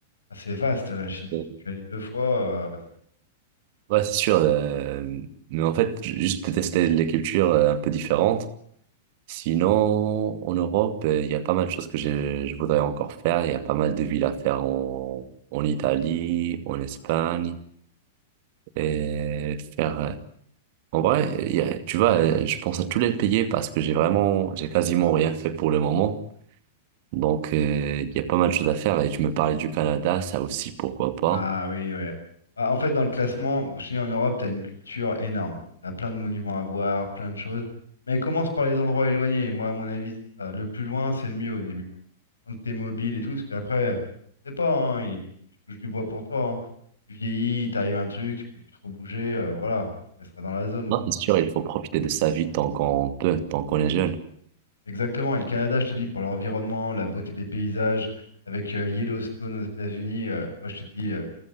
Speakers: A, on the left; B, on the right.
A: Ah, c'est vaste, la Chine, hein.
B: Bon,
A: j'y suis allé deux fois, euh,
B: Ouais, c'est sûr. euh, mais en fait, ju- juste de tester les cultures euh, un peu différentes. Sinon, en Europe, euh, il y a pas mal de choses que je, je voudrais encore faire. Il y a pas mal de villes à faire en, en Italie, en Espagne. et faire. euh, En vrai, il y a- tu vois, euh, je pense à tous les payer parce que j'ai vraiment, j'ai quasiment rien fait pour le moment. Donc, euh, il y a pas mal de choses à faire. Et tu me parlais du Canada, ça aussi, pourquoi pas.
A: Ah oui, ouais. Ah, En fait, dans le classement, je te dis, en Europe, tu as une culture énorme. Tu as plein de monuments à voir, plein de choses. Mais commence par les endroits éloignés. Moi, à mon avis, c'est ça. Le plus loin, c'est le mieux au début. hein. Tant que tu es mobile et tout, parce qu'après, on sait pas, hein, il- je touche du bois pour toi. hein. Tu vieillis, il t'arrive un truc, tu peux plus trop bouger, euh, voilà, tu resteras dans la zone,
B: Non,
A: quoi.
B: c'est sûr, il faut profiter de sa vie tant qu'on peut, tant qu'on est jeune.
A: Exactement. Et le Canada, je te dis, pour l'environnement, la beauté des paysages, avec euh, Yellowstone aux États-Unis, euh, moi, je te dis, euh,